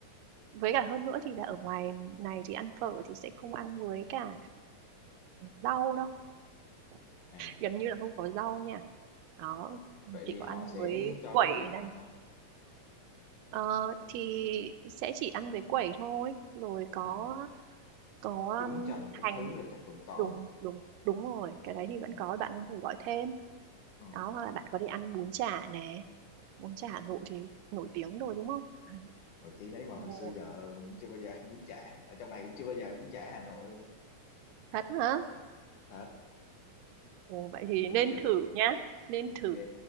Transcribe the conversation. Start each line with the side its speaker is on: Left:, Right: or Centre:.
Right: với cả hơn nữa thì là ở ngoài này thì ăn phở thì sẽ không ăn với cả rau đâu
Left: à
Right: gần như là không có rau nha đó
Left: vậy
Right: chỉ
Left: thì
Right: có
Left: họ
Right: ăn
Left: sẽ
Right: với
Left: cho
Right: quẩy
Left: cái gì vào
Right: này
Left: ta
Right: Ờ, thì sẽ chỉ ăn với quẩy thôi rồi có
Left: Ồ,
Right: có
Left: trứng
Right: um,
Left: chần
Right: hành
Left: các thứ là chắc vẫn có
Right: đúng đúng đúng rồi cái đấy thì vẫn
Left: ừ.
Right: có bạn có thể gọi thêm
Left: Ừ.
Right: đó hoặc là bạn có đi ăn bún chả nè bún chả Hà Nội thì nổi tiếng rồi đúng không Đấy.
Left: rồi tí đấy mà
Right: Ồ,
Left: hồi xưa giờ mình cũng chưa bao giờ ăn bún chả ở trong này cũng chưa bao giờ ăn bún chả Hà Nội luôn á
Right: thật hả
Left: thật
Right: Ồ, vậy thì
Left: chưa
Right: nên
Left: bao giờ
Right: thử nhá nên
Left: ok
Right: thử